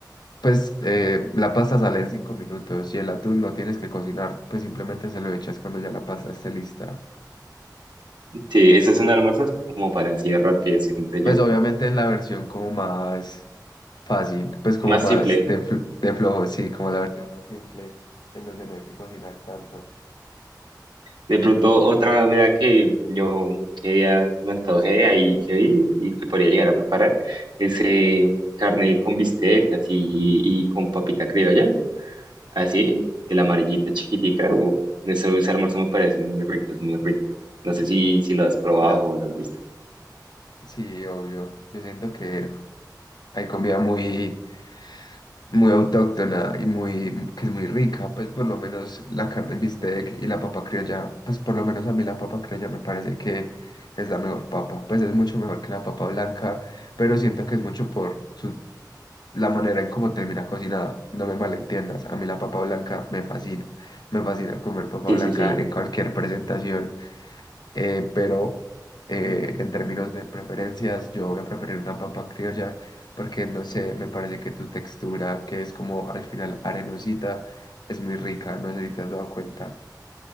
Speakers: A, on the left; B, on the right.
A: Pues eh, la pasta sale en cinco minutos y el atún no tienes que cocinar, pues simplemente se lo echas cuando ya la pasta esté lista.
B: sí, esos son almuerzos como para así de rápido, siento yo.
A: Pues obviamente en la versión como más fácil, pues como
B: Más
A: más
B: simple.
A: de, fl- de flojo, sí, como la versión más simple, en donde no hay que cocinar tanto.
B: De pronto otra comida que yo que ya me antojé ahí que vi y que podría llegar a preparar es eh, carne con bistec así y, con papita criolla. Así, que la amarillita chiquitica, uf, eso, ese almuerzo me parece muy rico, es muy rico. No sé si, si lo has probado
A: La...
B: o lo has visto.
A: Sí, obvio. Yo siento que Hay comida muy, muy autóctona y muy, que es muy rica, pues por lo menos la carne en bistec y la papa criolla, pues por lo menos a mí la papa criolla me parece que es la mejor papa, pues es mucho mejor que la papa blanca, pero siento que es mucho por su, la manera en cómo termina cocinada, no me malentiendas, a mí la papa blanca me fascina, me fascina comer papa
B: Sí,
A: blanca
B: sí, sí.
A: en cualquier presentación eh, pero eh, en términos de preferencias, yo voy a preferir una papa criolla porque no sé, me parece que tu textura, que es como al final arenosita, es muy rica, no sé si te has dado cuenta.